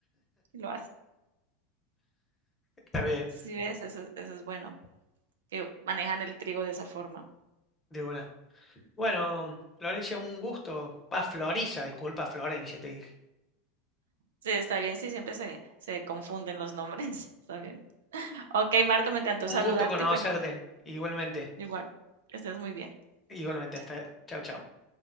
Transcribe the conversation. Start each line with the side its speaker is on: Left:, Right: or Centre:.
Right: y lo hace.
Left: está bien,
Right: Sí, ves, eso es- eso es bueno, que manejan el trigo de esa forma.
Left: de buena. Bueno, Florencia, un gusto. Ah, Florisa, disculpa, Florencia, te dije.
Right: Sí, está bien, sí, siempre se se confunden los nombres, <laughs> está bien. Okey, Marco, me encantó
Left: Un
Right: saludarte
Left: gusto conocerte,
Right: y bueno,
Left: igualmente,
Right: igual, que estés muy bien.
Left: igualmente,
Right: Chao.
Left: hasta. Chau, chau.